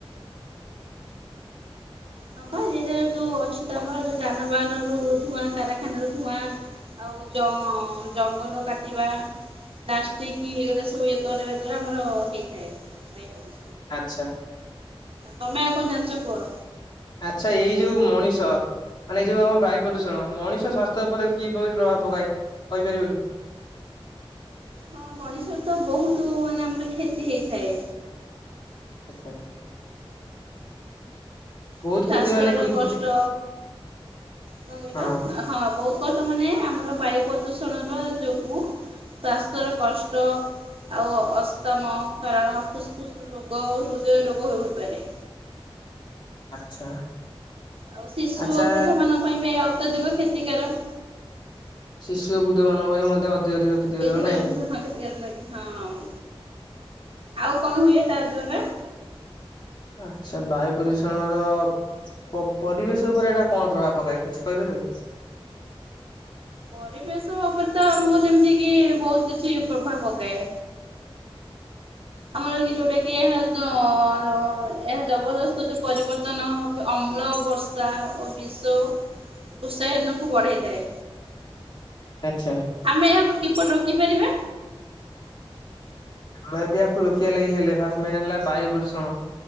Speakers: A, on the right; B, on the left.
A: ହଁ ବା ଏଇଯାଏଁ ଯୋଉ ଅଛି ତ ଆମର ଯୋଉ ଯାନବାହାନ ରୁ ଧୂଆଁ କାରଖାନା ରୁ ଧୂଆଁ ଆଉ ଜଁ ଜଙ୍ଗଲ କାଟିବା। ପ୍ଲାଷ୍ଟିକି ଏଗୁରା ସୋଉ ଇଏ କରିବା ଦ୍ଵାରା ଆମର ହେଇଥାଏ <unintelligible>
B: ଆଚ୍ଛା।
A: ତମେ ଆଉ କଣ ଜାଣିଚ କୁହ।
B: ଆଚ୍ଛା ଏଇ ଯୋଉ ମଣିଷ ମାନେ ଏ ଯେଉଁ ଆମ ବାୟୁ ପ୍ରଦୂଷଣ ମଣିଷ ସ୍ୱାସ୍ଥ୍ୟ ଉପରେ କିପରି ପ୍ରଭାବ ପକାଏ କହିପାରିବ କି?
A: ହଁ ମଣିଷର ତ ବହୁତ ମାନେ ଆମର କ୍ଷତି ହେଇଥାଏ।
B: ଆଚ୍ଛା। ବହୁତ
A: ଯୋଉ ଚାଷ
B: କ୍ଷତି ମାନେ
A: ର
B: କୁଇ-
A: କଷ୍ଟ କଣ କହିଲ
B: ହଁ
A: ହଁ ବହୁତ୍ <unintelligible> ମାନେ ଆମର ବାୟୁ ପ୍ରଦୂଷଣର ଯୋଗୁଁ ସ୍ୱାସ୍ଥ୍ୟର କଷ୍ଟ। ଆଉ ଅସ୍ତମ କାରଣ ଫୁସ ଫୁସ ରୋଗ ହୃଦୟ ରୋଗ ହେ ହୋଇପାରେ।
B: ଆଚ୍ଛା।
A: ଆଉ ଶିଶୁ
B: ଆଚ୍ଛା
A: ଓ ବୃଦ୍ଧ ମାନଙ୍କ ପାଇଁ ବି ଅତ୍ୟଧିକ କ୍ଷତିକାର।
B: ଶିଶୁ ଓ ବୃଦ୍ଧ ମାନଙ୍କ ପାଇଁ ମଧ୍ୟ ଅଧିକ ଅଧିକ କ୍ଷତିକାରକ
A: <unintelligible> ହଁ କ୍ଷତିକାର
B: ନାହିଁ।
A: ନୁହେଁ କି? ହଁ ଆଉ କଣ ହୁଏ ତା ଦ୍ଵାରା?
B: ଆଚ୍ଛା ବାୟୁ ପ୍ରଦୂଷଣ ର ପ ପରିବେଶ ଉପରେ ଏଇଟା କଣ ପ୍ରଭାବ ପକାଏ କିଛି କହିପାରିବେ?
A: ପରିବେଶ ଉପରେ ତ ଆମକୁ ଯେମିତିକି ବହୁତ୍ କିଛି ପ୍ରଭାବ ପକାଏ। ଆମର କି ଯୋଉଁଟାକି ଯୋଉ ଉଁ ଏହା ଜବରଦସ୍ତ ଯୋଉ ପରିବର୍ତ୍ତନ ଅମ୍ଳ ବର୍ଷା ଓ ବିଶ୍ଵ ଉତ୍ସାହିନକୁ ବଢ଼େଇଥାଏ।
B: ଆଚ୍ଛା।
A: ଆମେ ଏହାକୁ କିପରି ରୋକିପାରିବା?
B: ଆମେ ଯଦି ଆକୁ ରୋକିବା ଲାଗି ହେଲେ ଫାଷ୍ଟ ମେନ୍ ହେଲା ବାୟୁ ପ୍ରଦୂଷଣ